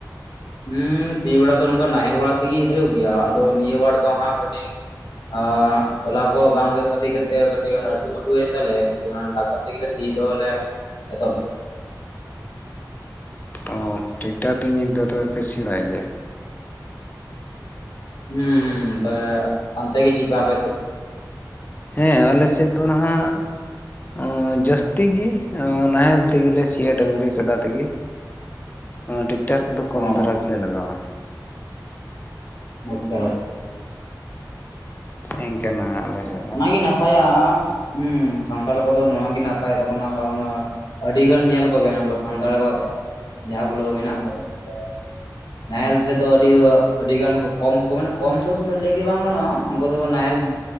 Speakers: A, on the left; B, on the left.
A: ᱦᱩᱸ ᱥᱤ ᱵᱟᱲᱟ ᱫᱚ ᱱᱚᱝᱠᱟ ᱱᱟᱦᱮᱞ ᱵᱟᱲᱟ ᱛᱮᱜᱮ ᱦᱩᱭᱩᱜᱭᱳ ᱜᱮᱭᱟ ᱟᱫᱚ ᱱᱤᱭᱟᱹ ᱵᱮᱟᱲ ᱫᱚ ᱦᱟᱸᱜ ᱠᱟᱹᱴᱤᱡ ᱟᱸᱜ ᱛᱚᱞᱟ ᱠᱚ ᱵᱟᱝ ᱦᱩᱭᱩᱜ ᱠᱷᱟᱹᱛᱤᱨ ᱠᱟᱛᱮ ᱠᱟᱹᱴᱤᱡ ᱟᱹᱴᱩᱢᱟᱹᱴᱩᱭᱮᱱ ᱛᱟᱞᱮᱭᱟ ᱠᱟᱹᱴᱤᱡ ᱴᱟᱠᱴᱟᱨ ᱛᱮᱜᱮ ᱥᱤ ᱫᱚᱞᱮ ᱮᱛᱚᱦᱚᱵ
B: ᱚ ᱴᱷᱤᱠᱴᱷᱟᱠ ᱛᱤᱧ ᱧᱤᱫᱟᱹ ᱛᱚᱵᱮ ᱯᱮ ᱥᱮᱲᱟᱭ ᱜᱮᱭᱟ?
A: ᱦᱩᱸ ᱦᱩᱸ ᱛᱟᱦᱚᱞᱮ ᱚᱱᱛᱮ ᱜᱮ ᱪᱮᱜᱠᱟ ᱟᱯᱮ ᱥᱮᱫ
B: ᱦᱮᱸ ᱟᱞᱮᱥᱮᱫ ᱫᱚ ᱱᱟᱦᱟᱸᱜ ᱟᱸ ᱡᱟᱹᱥᱛᱤ ᱜᱤ ᱟᱹ ᱱᱟᱦᱮᱞ ᱛᱤᱜᱤᱞᱮ ᱥᱤᱭᱟ ᱰᱟᱝᱨᱤ ᱠᱟᱰᱟ ᱛᱤᱜᱤ᱾
A: <inaudible>
B: ᱟᱸ ᱴᱮᱠᱴᱟᱨ ᱠᱚᱫᱚ ᱠᱚᱢ
A: ᱚ
B: ᱫᱷᱟᱨᱟ ᱜᱮᱞᱮ ᱞᱟᱜᱟᱣᱟ᱾
A: ᱟᱪᱪᱷᱟ᱾
B: ᱮᱝᱠᱟᱱᱟᱹ ᱟᱞᱮ ᱥᱮᱫ ᱫᱚ
A: ᱚᱱᱟᱜᱮ
B: ᱜᱚᱝᱠᱮ᱾
A: ᱱᱟᱯᱟᱭᱟ ᱟᱸᱥ ᱥᱟᱱᱛᱟᱲ ᱠᱚᱫᱚ ᱱᱚᱣᱟᱣᱟᱜ ᱜᱮ ᱱᱟᱯᱟᱭ ᱛᱟᱵᱚᱱᱟ, ᱠᱟᱨᱚᱱ ᱟᱹᱰᱤᱜᱟᱱ ᱧᱮᱞ ᱠᱚᱵᱮᱱ ᱟᱵᱚ ᱥᱟᱱᱛᱟᱲ ᱵᱫᱮ ᱡᱟᱦᱟᱸ ᱜᱩᱞᱳᱹ ᱢᱮᱱᱟᱜ ᱠᱚᱣᱟ ᱡ ᱫᱚ ᱱᱟᱦᱮᱞ ᱛᱮᱫᱚ ᱟᱹᱰᱤ ᱟᱹᱰᱤ ᱜᱟᱱ ᱠᱚ ᱠᱚᱢ ᱠᱚ ᱢᱟᱱᱮ ᱠᱚᱢ ᱫᱚ ᱞᱟᱹᱭ ᱜᱮ ᱵᱟᱝ ᱜᱟᱱᱚᱜᱼᱟ ᱩᱱᱠᱩ ᱫᱚᱠᱚ ᱱᱟᱦᱮᱞ